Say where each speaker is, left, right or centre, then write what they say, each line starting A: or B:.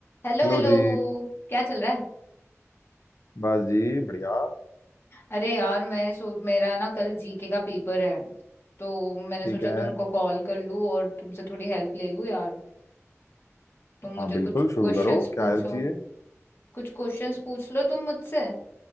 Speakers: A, on the left; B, on the left.
A: Hello
B: Hello
A: hello
B: जी
A: क्या चल रहा है
B: बस जी बढ़िया
A: अरे यार मैं सो मेरा ना कल जीके का पेपर है तो मैंने
B: ठीक
A: सोचा
B: है
A: तुमको कॉल कर लूं और तुमसे थोड़ी हेल्प ले लूं यार तुम मुझे
B: हाँ बिल्कुल
A: कुछ
B: शुरू
A: क्वेश्चंस
B: करो क्या
A: पूछो
B: हेल्प चाहिए
A: कुछ क्वेश्चंस पूछ लो तुम मुझसे